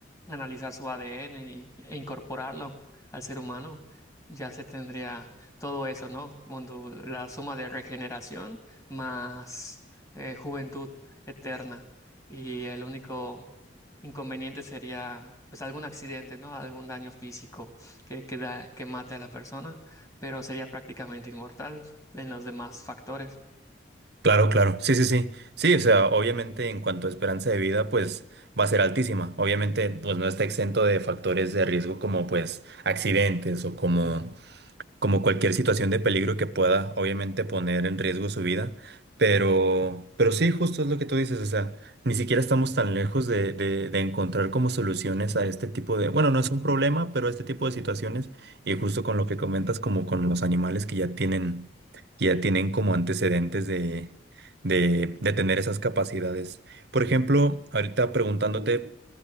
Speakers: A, on the left; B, on the right.
A: analizar su ADN y- e incorporarlo al ser humano, ya se tendría todo eso, ¿no? Cuando La suma de regeneración más eh, juventud eterna. Y el único inconveniente sería pues algún accidente, ¿no? Algún daño físico que, que, da- que mate a la persona, pero sería prácticamente inmortal en los demás factores.
B: Claro, claro. Sí, sí, sí. Sí, o sea, obviamente en cuanto a esperanza de vida, pues va a ser altísima. Obviamente, pues no está exento de factores de riesgo como pues accidentes o como como cualquier situación de peligro que pueda, obviamente, poner en riesgo su vida. Pero, pero sí, justo es lo que tú dices, o sea, ni siquiera estamos tan lejos de, de, de encontrar como soluciones a este tipo de, bueno, no es un problema, pero a este tipo de situaciones, y justo con lo que comentas, como con los animales que ya tienen, que ya tienen como antecedentes de, de, de tener esas capacidades. Por ejemplo, ahorita preguntándote